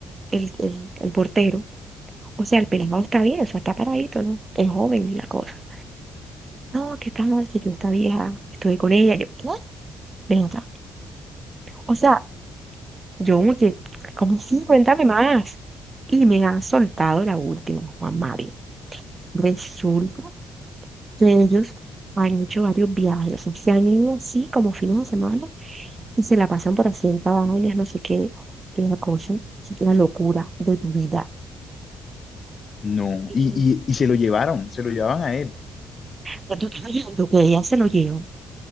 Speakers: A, on the right; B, on the left.
A: el, el, el portero, o sea, el pelado está bien, o sea, está paradito, ¿no? Es joven y la cosa. No, que está mal, que yo esta vieja, estuve con ella, yo, ¿qué? Ven acá. O sea, Yo como que, ¿cómo sí? Cuéntame más. Y me han soltado la última, Juan Mario. Resulta que ellos han hecho varios viajes, o sea, se han ido así como fines de semana y se la pasan por así en cabañas, no sé qué, una cosa, es una locura de tu vida.
B: No.
A: Y
B: Y, y, y se lo llevaron, se lo llevaban a él.
A: cuando estás hablando que ella se lo lleva,